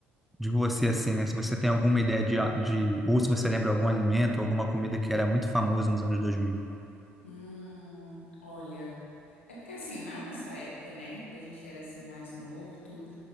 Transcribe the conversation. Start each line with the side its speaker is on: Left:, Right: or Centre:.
Centre: de você, assim, né? Se você tem alguma ideia de, ah, de ou se você lembra algum alimento, alguma comida que era muito famoso nos anos 2000.
Left: Hum, olha, é porque assim, na nossa época, né, quando a gente era assim mais novo e tudo,